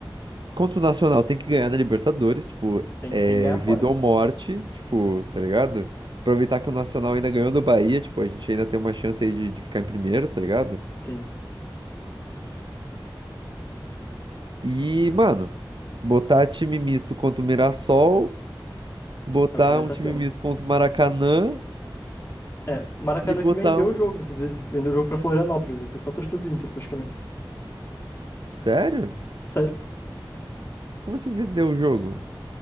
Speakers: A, on the right; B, on the left.
A: contra o Nacional tem que ganhar na Libertadores, tipo,
B: Tem,
A: é
B: que- tem que ganhar fora.
A: vida ou morte, tipo, tá ligado? Aproveitar que o Nacional ainda ganhou do Bahia, tipo, a gente ainda tem uma chance aí de, de ficar em primeiro, tá ligado?
B: Sim,
A: E, mano, botar time misto contra o Mirassol, botar
B: é o que vai
A: um
B: estar
A: time
B: tendo.
A: misto contra o Maracanã
B: É, o Maracanã
A: e botar
B: que vendeu
A: um.
B: o jogo, inclusive. Vendeu o jogo pra Florianópolis. Vai ter só a torcida do Inter, praticamente.
A: Sério?
B: Sério.
A: Como assim vendeu o jogo?